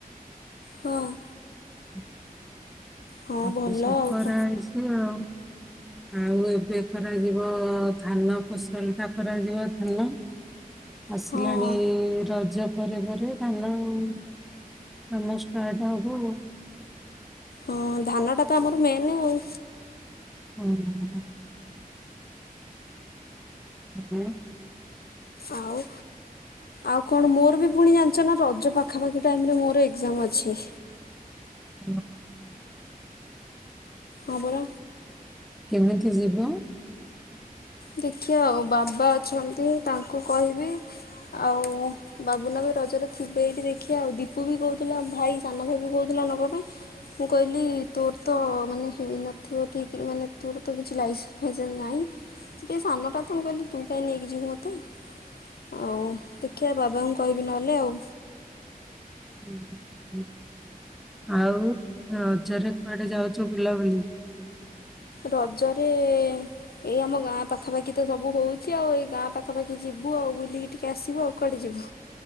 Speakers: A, on the left (about 85°); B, in the centre.
A: <unintelligible> ହଁ।
B: <inaudible>
A: ହଁ
B: ମୋତେ
A: ଭଲ
B: ଶଙ୍କରା
A: ଆଉ ତ
B: ଆଇଛି ଆଉ। ଆଉ ଏବେ କରାଯିବ ଧାନ ଫସଲ ଟା। କରାଯିବ ଧାନ ଆସିଲାଣି
A: ହଁ
B: ରଜ ପରେ ପରେ ଧାନ କାମ ଷ୍ଟାର୍ଟ ହବ ଆଉ।
A: ହଁ ଧାନଟା ତ ଆମର ମେନ୍ ଆଉ।
B: ହୁଁ। <inaudible> <unintelligible>
A: ଆଉ ଆଉ କଣ ମୋର ବି ପୁଣି <unintelligible> ଚ ନା ରଜ ପାଖାପାଖି ଟାଇମରେ ମୋର ଏକ୍ଜାମ ଅଛି।
B: ହୁଁ।
A: ହଁ ପରା।
B: କେମିତି ଯିବ?
A: ଦେଖିବା ଆଉ ବାବା ଅଛନ୍ତି ତାଙ୍କୁ କହିବି ଆଉ। ବାବୁନା ବି ରଜରେ ଥିବେ ଏଇଠି ଦେଖିଆ ଆଉ ଦୀପୁ ବି କହୁଥିଲା ଭାଇ ସାନ ଭାଇ ବି କହୁଥିଲା ନବାପାଇଁ। ମୁଁ କହିଲି ତୋର ତ ମାନେ ହେଇନଥିବ ଠିକ୍ ରେ ମାନେ ତୋର ତ କିଛି ଲାଇ <unintelligible> ଫେଜାର ନାହିଁ। ସେ ସାନଟା ତ ମୁଁ କହିଲି ତୁ କାଇଁ ନେଇକି ଯିବୁ ମୋତେ। ଆଉ ଟିକେ ବାବାଙ୍କୁ କହିବି ନହେଲେ ଆଉ।
B: <unintelligible> ଆଉ ରଜରେ କୁଆଡେ ଯାଉଛ ବୁଲାବୁଲି।
A: ରଜରେ ଏଇ ଆମଗାଁ ପାଖାପାଖି ତ ସବୁ ହଉଛି ଆଉ ଏଇଗାଁ ପାଖାପାଖି ଯିବୁ ଆଉ ବୁଲିକି ଟିକେ ଆସିବୁ ଆଉ। କୁଆଡେ ଯିବୁ